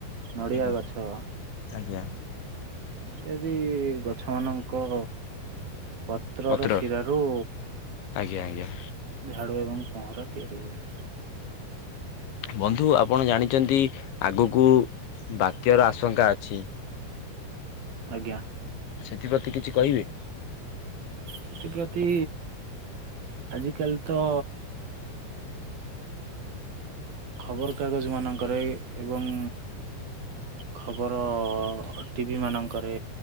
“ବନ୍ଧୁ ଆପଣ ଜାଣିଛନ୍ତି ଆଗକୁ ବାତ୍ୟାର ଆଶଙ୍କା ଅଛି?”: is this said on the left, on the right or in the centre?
Left